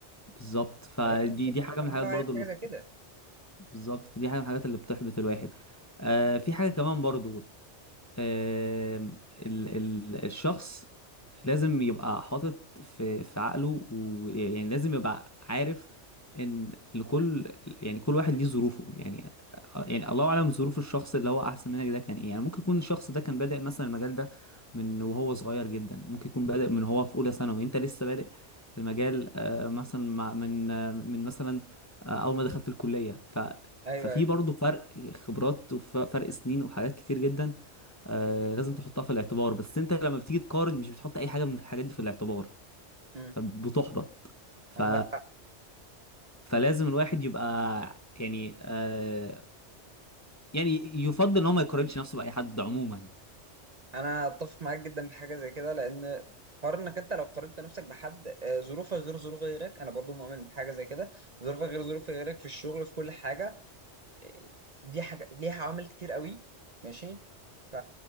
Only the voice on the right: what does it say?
فلازم الشركات
اللي
عندها
وعي
في حاجه
زي
كده
ايوه
ايوه
امم
عندك حق
انا اتفق معاك جدا في حاجه زي كده لان حوار انك انت لو قارنت نفسك بحد آه، ظروفك غير ظروف غيرك انا برضو مؤمن بحاجه زي كده ظروفك غير ظروف غيرك في الشغل في كل حاجه آه، دي حاجه ليها عوامل كتير قوي ماشي ف